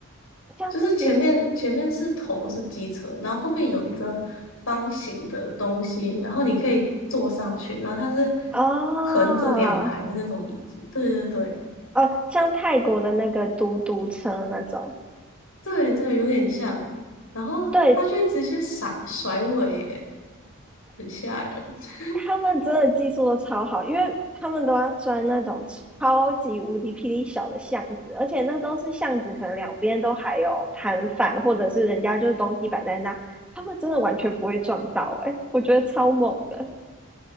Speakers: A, in the centre; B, on the left.
A: <laughs> 像自己
B: 就是前面前面是头是机车，然后后面有一个方形的东西，然后你可以坐上去，然后它是
A: 啊，
B: 横着两排的那种椅子。
A: 哦
B: 对对对
A: 呃，像泰国的那个嘟嘟车那种，
B: 对对，有点像。然后它却直接甩甩尾耶，
A: 对
B: 很吓人。<laughs>
A: 他们真的技术都超好，因为他们都要钻那种超级无敌霹雳小的巷子，而且那都是巷子，可能两边都还有摊贩，或者是人家就是东西摆在那，他们真的完全不会撞到、欸，诶，我觉得超猛的。